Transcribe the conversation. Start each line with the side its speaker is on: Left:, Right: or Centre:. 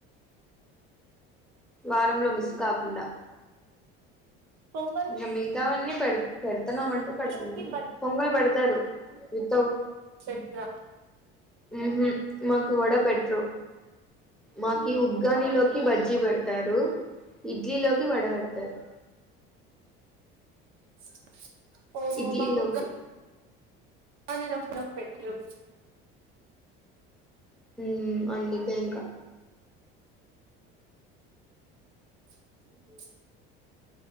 Centre: వారంలో మిస్ కాకుండా
Right: పొంగల్
Centre: ఇంగ మీతావన్నీ పెడ్ పెడుతున్నామ అంటే పెడుతుంది
Right: లోకి
Centre: పొంగలు పెడతారు తౌడ్
Right: సెట్రా
Centre: ఉహుమ్ మాక్ వడ పెట్రు మాకి ఉగ్గాని లోకి బజ్జి వేడ్తారు ఇడ్లీ లోకి వడ వెడ్తారు
Right: స ఓహో
Centre: ఇడ్లీలోకి
Right: మాకు గ అని రఫ్ రఫ్ పెట్రైట్స్
Centre: ఉమ్ అందుకే ఇంకా
Right: హ <unintelligible>